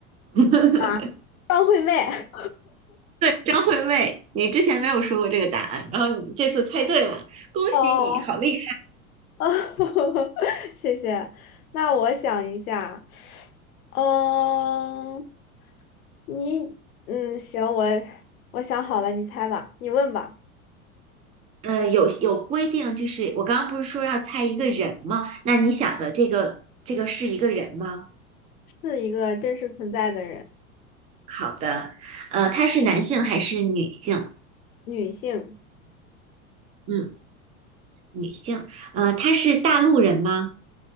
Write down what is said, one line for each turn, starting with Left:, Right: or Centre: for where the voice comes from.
Right: <laughs>
Left: 啊，张惠妹
Right: 张惠妹。你之前没有说过这个答案，然后你这次猜对了，恭喜你，
Left: <laughs> 哦，
Right: 好厉
Left: <laughs> 谢谢。那我想一下，嗯，你嗯行，我我想好了，你猜吧，你问吧。
Right: 害！呃，有有规定，就是我刚刚不是说要猜一个人吗？那你想的这个这个是一个人吗？
Left: 是一个真实存在的人，
Right: 好的，呃，他是男性还是女性？
Left: 女性。
Right: 嗯。女性，呃，她是大陆人吗？